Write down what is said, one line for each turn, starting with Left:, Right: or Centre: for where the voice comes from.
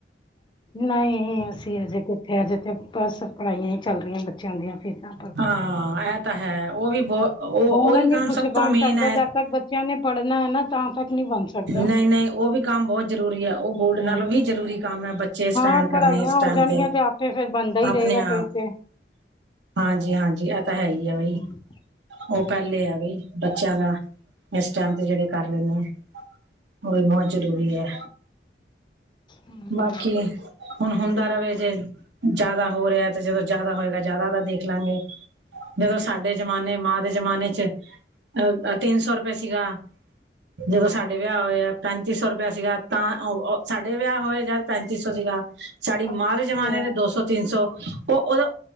Left: ਨਈ ਅਸੀਂ ਹਜੇ ਕਿੱਥੇ ਅਜੇ ਤੇ ਬਸ ਪੜਾਈਆਂ ਈ ਚੱਲ ਰਈਆਂ ਬੱਚੇਆਂ ਦੀਆਂ ਫੀਸਾਂ
Right: ਹਾਂ ਇਹ ਤਾਂ ਹੈ ਉਹ ਵੀ ਬਹੁ ਉਹ
Left: ਹੁਨ
Right: ਉਹੀ
Left: ਨੀ
Right: ਕੰਮ
Left: ਕੁਛ
Right: ਸਭ
Left: ਬਨ
Right: ਤੋਂ ਮੇਨ
Left: ਸਕਦਾ ਜਦ ਤੱਕ ਬੱਚੇਆਂ ਨੇ ਪੜਨਾ ਐ ਨਾ ਤਾਂ ਤੱਕ ਨਹੀਂ ਬਣ ਸਕਦਾ
Right: ਨਈ-ਨਈ ਓ ਵੀ ਕੰਮ ਬੋਹ ਜ਼ਰੂਰੀ ਆ ਓ
Left: ਹੂੰ
Right: ਗੋਲਡ ਨਾਲੋਂ ਵੀ ਜ਼ਰੂਰੀ ਕੰਮ ਐ ਬੱ ਬੱਚੇ
Left: ਹਾਂ
Right: ਸਟੈਂਡ ਕਰਨੇ
Left: ਪੜ੍ਹਾਈਆਂ
Right: ਇਸ ਟੈਮ
Left: ਹੋ ਜਾਣਗੀਆਂ
Right: ਤੇ
Left: ਤਾਂ ਆਪੇ ਫਿਰ ਬਣਦਾ ਹੀ
Right: ਆਪਨੇੇ
Left: ਰਹੇਗਾ
Right: ਆਪ
Left: ਫਿਰ ਤਾਂ
Right: ਹਾਂਜੀ-ਹਾਂਜੀ ਐ ਤਾਂ ਹੈ ਈ ਆ ਬਈ
Left: ਹੂੰ
Right: ਓ ਪੈਲੇ ਆ ਬਈ ਬੱਚੇਆਂ ਦਾ ਇਸ ਟੈਮ ਤੇ ਜੇੜੇ ਕਰ ਰਏ ਨੇ ਓ ਵੀ ਬੋਤ ਜਰੂਰੀ ਐ।
Left: ਹੂੰ,
Right: ਬਾਕੀ ਹੁਨ ਹੁੰਦਾ ਰਵੇ ਜੇ ਜ਼ਾਦਾ ਹੋ ਰਿਆ ਤੇ ਜਦੋਂ ਜ਼ਾਦਾ ਹੋਏਗਾ ਜ਼ਾਦਾ ਦਾ ਦੇਖ ਲਾਂਗੇ ਜਦੋਂ ਸਾਡੇ ਜ਼ਮਾਨੇ ਮਾਂ ਦੇ ਜਮਾਨੇ ਚ ਅ ਤਿੰਨ ਸੌ ਰੁਪਏ ਸੀਗਾ ਜਦੋਂ ਸਾਡੇ ਵਿਆ ਹੋਏ ਆ ਪੈਂਤੀ ਸੌ ਰੁਪਏਆ ਸੀਗਾ ਤਾਂ ਓ ਓ ਸਾਡੇ ਵਿਆ ਹੋਏ ਜਦ ਪੈਂਤੀ ਸੌ ਸੀਗਾ ਸਾਡੀ
Left: ਅੱਛਾ
Right: ਮਾਂ ਦੇ ਜਮਾਨੇ ਦੇ ਦੋ ਸੌ ਤਿੰਨ ਸੌ ਓ ਓਦੋ